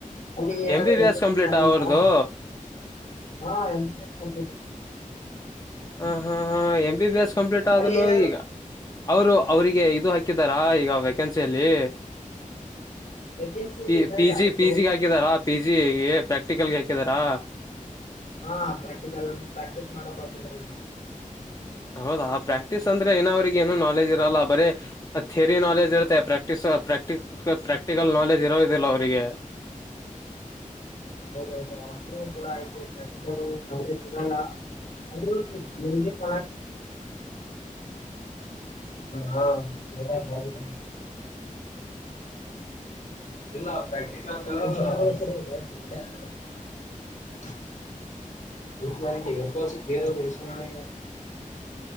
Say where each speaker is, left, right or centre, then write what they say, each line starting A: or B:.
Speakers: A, on the left; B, on the left.
A: <unintelligible>
B: M B B S complete ಅವ್ರದು ಹಾ ಹಾ ಹಾ M B B S complete ಆದ್ರೂ
A: ಅಲ್ಲಿ ಏನಾದ್ರು
B: ಈಗ ಅವರು ಅವ್ರಿಗೆ ಇದು ಹಾಕಿದಾರಾ ಈಗ ವೆಕೆನ್ಸಿಯಲ್ಲಿ
A: ವೇಕೆನ್ಸಿ ಇಲ್ಲಿ
B: ಪ
A: ಇದ್ದಾರೆ
B: ಪಿ ಜಿ
A: ಅದು
B: ಪಿ
A: ಗೌರ್ಮೆಂಟ್
B: ಜಿ ಹಾಕಿದಾರಾ ಪಿ ಜಿ ಗೆ ಪ್ರಾಕ್ಟಿಕಲ್ಗೆ ಹಾಕಿದಾರಾ
A: ಹಾ ಪ್ರಾಕ್ಟೀಕಲ್ ಪ್ರಾಕ್ಟೀಸ್ ಮಾಡ ಇನ್ನು ಐತಿ
B: ಹೌದಾ ಪ್ರಾಕ್ಟೀಸ್ ಅಂದ್ರೆ ಇನ ಅವ್ರಗ ಏನು ನಾಲೆಜ್ ಇರಲ್ಲ ಬರೇ ಥೇರಿ ನಾಲೆಜ್ ಇರತ್ತೆ ಪ್ರಾಕ್ಟೀಸ್ ಪ್ರಾಕ್ಟಿಕ್ ಪ್ರಾಕ್ಟಿಕಲ್ ನಾಲೆಜ್ ಇರೋದಿಲ್ಲ ಅವ್ರಿಗೆ
A: ಹೌದ ಚಲೋ ಆಯಿತು ಪ್ರಾಕ್ಟೀಕೇಲಿ ನಾಲೆಜ್ ಇರಲ್ಲ ಅಂದ್ರು <inaudible> ಹಾ ಚಲೋ ಅಯಿತು ಹೌದು ಇಲ್ಲ ಪ್ರಾಕ್ಟೀಸ್ ಆದ ಹೇಳ್ <inaudible> <inaudible>